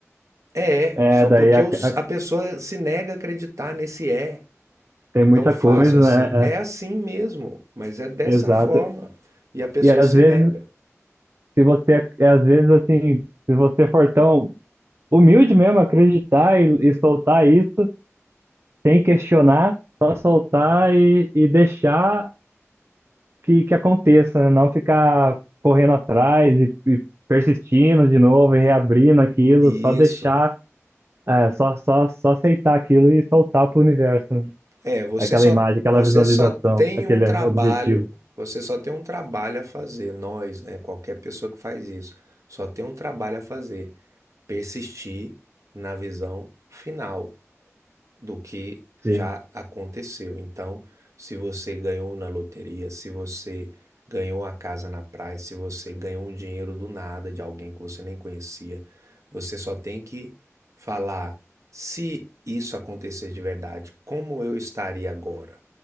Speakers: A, on the right; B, on the right.
A: É,
B: É,
A: só
B: daí
A: porque
B: a- a-
A: os- a pessoa se nega a acreditar nesse é
B: tem muita
A: tão fácil
B: coisa,
A: assim.
B: né?
A: É assim mesmo, mas é dessa
B: É, exato.
A: forma. E a pessoa
B: E às
A: se
B: vezes,
A: nega.
B: se você, é, às vezes assim, se você for tão humilde mesmo, acreditar e, e soltar isso, sem questionar, só soltar e, e deixar que, que aconteça, né? Não ficar correndo atrás e, e persistindo de novo e reabrindo aquilo,
A: Isso.
B: só deixar, é, só, só, só aceitar aquilo e soltar para o universo, né?
A: É, você
B: Aquela
A: só,
B: imagem, aquela
A: você
B: visualização,
A: só tem
B: aquele
A: um trabalho,
B: objetivo.
A: você só tem um trabalho a fazer. Nós, né? Qualquer pessoa que faz isso, só tem um trabalho a fazer. Persistir na visão final. do que
B: Sim.
A: já aconteceu. Então, se você ganhou na loteria, se você ganhou a casa na praia, se você ganhou um dinheiro do nada de alguém que você nem conhecia, você só tem que falar se isso acontecer de verdade, como eu estaria agora?